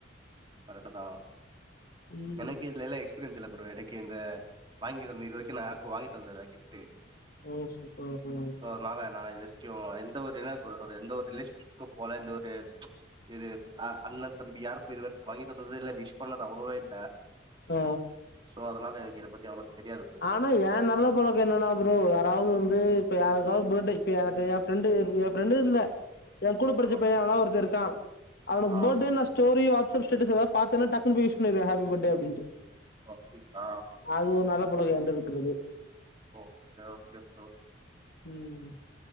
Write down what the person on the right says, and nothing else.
கரெக்ட்டுதான்
எனக்கு இதுல எல்லா எக்ஸ்பீரியன்ஸ் இல்ல ப்ரோ எனக்கு இந்த வாங்கி தந்தது இது வரைக்கு நான் யாருக்கு வாங்கி தந்ததில்ல கிஃப்ட்டு
சோ அதனால நா இது வரைக்கு எந்த ஒருனா எப்டி சொல்றது எந்த ஒரு ரிலேஷன்ஷிப்க்கு போல எந்த ஒரு இது அ அண்ணன் தம்பி யாருக்கு இது வரைக்கு வாங்கி தந்ததுல்ல விஷ் பண்ணது அவ்ளவா இல்ல
சோ அதனால எனக்கு இது பத்தி அவ்ளவா தெரியாது ப்ரோ
ஆ
ஆ
ஓ அப்படிங்ளா
ஓ ஓகே ஓகே ப்ரோ